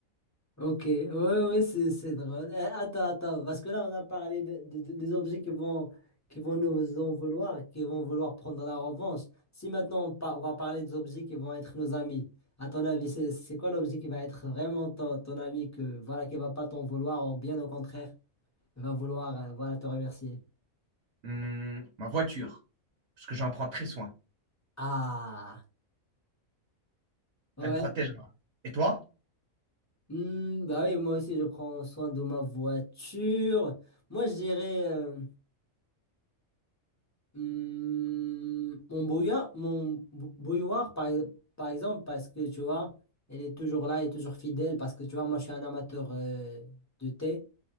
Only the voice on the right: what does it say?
Hum, ma voiture, parce que j'en prends très soin.
Elle me protégera. Et toi?